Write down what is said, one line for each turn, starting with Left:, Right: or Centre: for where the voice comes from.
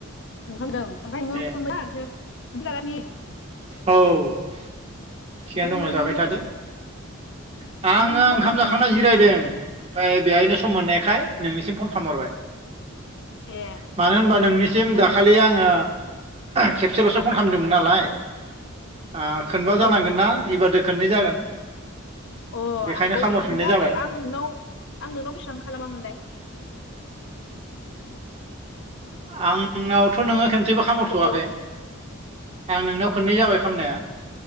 Left: ओंखामदों <unintelligible>
Right: ए औ। थिगानो
Left: नोंहालाय
Right: दङ' जाबाय
Left: मा मावगासिनो
Right: थादो आङो
Left: नोंहा मा मावगासिनो
Right: ओंखाम जाखांना जिरायदों। ओमफाय बेहायनो सम मोननायखाय नोंनिसिम फन खामहरबाय।
Left: ए
Right: मानो होनबा नोंनिसिम
Left: ओमफ्राय
Right: दाखालि आङो खेबसेल'सो फन खामदोंमोन नालाय
Left: औ
Right: आ खोनबा जानांगोन
Left: औ
Right: ना एबारदो खोननै जागोन।
Left: अ आङा
Right: बेखायनो
Left: बावबायसो
Right: खामहरफिननाय
Left: ओमफाय
Right: जाबाय
Left: आंलाय आं नोंनाव आं नोंनाव बेसिबां खालामामोनलाय
Right: <inaudible> आंनावथ' नोङो खेमसेबो खामरथ'वाखै।
Left: कलखौ
Right: आं नोंनाव खोननै जाबाय खामनाया।